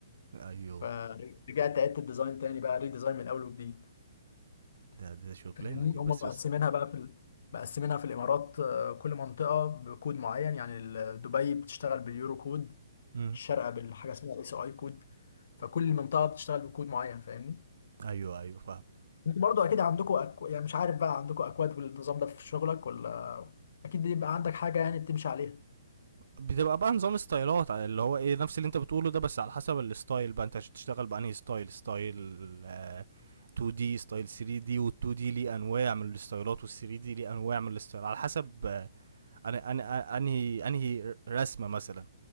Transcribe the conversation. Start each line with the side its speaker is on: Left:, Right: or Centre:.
Right: ايوه
Left: فرجعت عدت الديزاين تاني بقى ريديزاين من اول وجديد
Right: ده ده شغلانه
Left: فاهمني
Right: دي
Left: هم
Right: بس
Left: مقسمينها
Right: بس
Left: بقى في ال... مقسمينها في الامارات آه، كل منطقه بكود معين يعني ال- دبي بتشتغل باليورو كود
Right: امم
Left: الشارقه بالحاجه اسمها اس اي كود فكل منطقه بتشتغل بكود معين فاهمني
Right: ايوه ايوه فاهم
Left: انتوا برضو اكيد عندكم أكو... يعني مش عارف بقى عندكم اكواد والنظام ده في شغلك ولا اكيد بيبقى عندك حاجه يعني بتمشي عليها
Right: بتبقى بقى نظام ستايلات اللي هو ايه نفس اللي انت بتقوله ده بس على حسب الستايل بقى انت هتشتغل بانهي ستايل ستايل آه، 2 دي ستايل 3 دي وال2 دي ليه انواع من الستايلات وال3 دي ليه انواع من الستايل على حسب آه، انا انا آه، انهي انهي رسمه مثلا